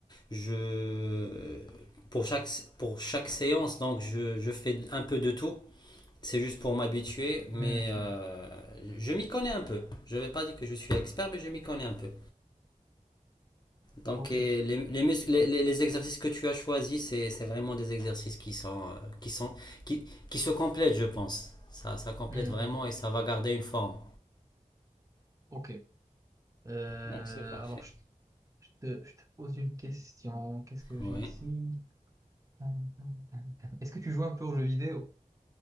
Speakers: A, on the left; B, on the right.
A: je, pour chaque, pour chaque séance, donc je, je fais un peu de tout. C'est juste pour m'habituer, mais
B: Mhm.
A: euh, je m'y connais un peu. Je ne vais pas dire que je suis expert, mais je m'y connais un peu. Donc,
B: Ok.
A: et les, les, mus- les- les- les exercices que tu as choisis, c'est, c'est vraiment des exercices qui sont, euh, qui sont, qui, qui se complètent, je pense. Ça, ça complète
B: Mhm.
A: vraiment et ça va garder une forme.
B: Ok. Euh,
A: Donc c'est parfait.
B: alors, je, je te, je te pose une question. Qu'est-ce que
A: Oui.
B: j'ai ici? Tan, tan, tan, tan. Est-ce que tu joues un peu aux jeux vidéo?